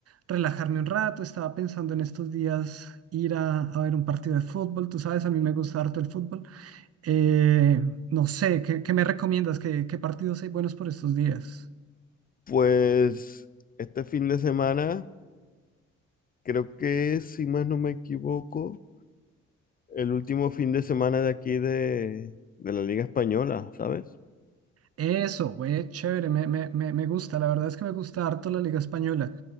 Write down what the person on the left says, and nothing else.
pues este fin de semana, creo que si más no me equivoco, el último fin de semana de aquí de, de la Liga Española, ¿sabes?